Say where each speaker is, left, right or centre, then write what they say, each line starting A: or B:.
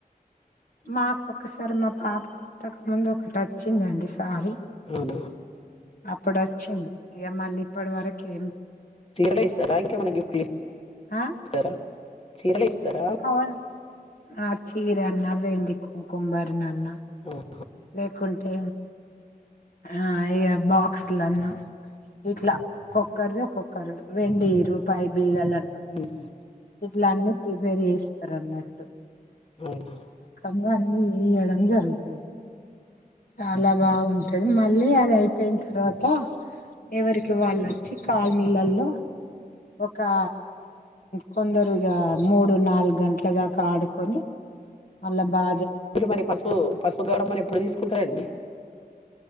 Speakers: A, on the left; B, on the left.
A: మాకుొక్కసారి మా పాప పుట్టక ముందు ఒకటి వచ్చిందండి సారీ
B: అవునా
A: అప్పుడు వచ్చింది. ఇగ మళ్ళీ ఇప్పడి వరకే
B: చీరలే ఇస్తరా? ఇంకేమన్న గిఫ్టు లు ఇస్
A: ఆ
B: తర చీరలే ఇస్తారా?
A: అవును ఆ చీర అన్న వెండి కుంకుంబర్ణన్న
B: ఆ
A: లేకుంటే ఆ ఇగ బాక్స్లాన్న ఇట్లా ఒక్కొక్కరిది ఒక్కొక్కరు వెండి రూపాయి బిల్లలన్న
B: హుహు.
A: ఇట్ల అన్న ప్రిపేర్ చేస్తరు అన్నట్టు.
B: అవునా
A: ఇంగ అన్నీ ఇయడం జరుగుత చాలా బాగుంటది. మళ్ళీ అది అయిపోయిన తర్వాత ఎవరికి వాళ్ళొచ్చి కాల్నీళల్లో ఒకా కొందరీగా మూడు నాలుగు గంట్ల దాక ఆడుకొని మళ్ల బా
B: మీరు మరి పసుపు, పసుపు గౌరమ్మని ఎప్పుడు తీసుకుంటరండి?